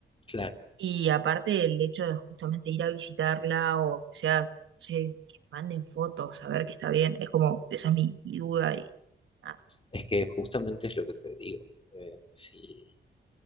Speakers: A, on the left; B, on the right.
A: Claro,
B: Y aparte el hecho de justamente ir a visitarla o que sea, no sé, que manden fotos, a ver que está bien, es como, esa es mi, mi duda y ah,
A: es que justamente es lo que te digo. eh, si,